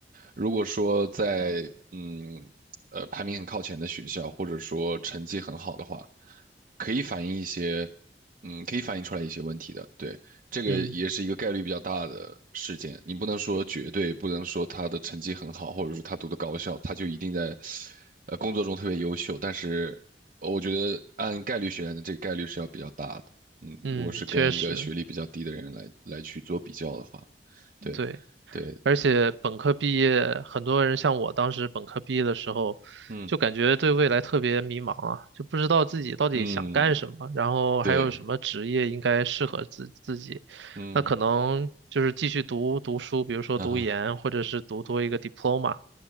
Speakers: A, on the right; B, on the right.
A: 如果说在嗯呃排名很靠前的学校，或者说成绩很好的话，可以反映一些，嗯，可以反映出来一些问题的，对。这个也是一个概率比较大的事件，
B: 嗯
A: 你不能说绝对，不能说他的成绩很好，或者说他读的高校，他就一定在，呃，工作中特别优秀。但是，呃我觉得按概率学来的这个概率是要比较大的。嗯，
B: 嗯，
A: 如果是跟一个学历比较低的人来来去做比较的话，
B: 确实，
A: 对，
B: 对。
A: 对，
B: 而且本科毕业，很多人像我当时本科毕业的时候，
A: 嗯
B: 就感觉对未来特别迷茫啊，就不知道自己到底想干什么，
A: 嗯，
B: 然后还有什么职业应该适合自自己。
A: 对，嗯，
B: 那可能就是继续读读书，比如说读研，
A: 哈哈，
B: 或者是读多一个 diploma。